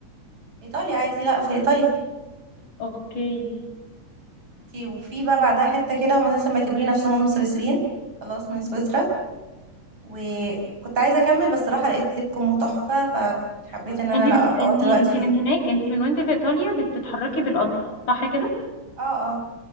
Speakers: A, on the right (about 40°); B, on the left (about 80°).
A: ايطاليا عادي لا في ايطاليا
B: اوكي
A: اوكي وفي بقى بعدها حتة كده هم اساسا معتبرين نفسهم سويسريين خلاص من سويسرا وكنت عايزة اكمل بس صراحة لقيت لكم تحفة فحبيت ان انا
B: انت
A: لا
B: بتبقى
A: اقعد
B: انت
A: الوقت
B: انت
A: فيها
B: من هناك انت من وانت في ايطاليا بتتحركي بالقطر صح كده
A: اه اه